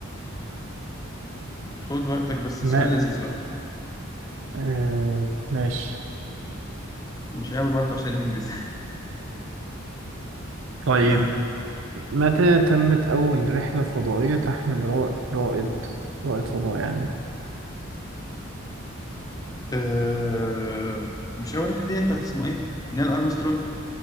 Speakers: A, on the left; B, on the right.
A: خد وقتك بس
B: ما
A: سؤال لذيذ بقى فاهم؟
B: آه ماشي
A: مش قوي برضه عشان ننجز
B: طيب
A: <laughs> آه.
B: متى تمت أول رحلة فضائية تحمل را- رائد رائد فضاء يعني
A: آه. مش أول رحلة دي بتاعت اسمه إيه؟ نيل أرمسترونج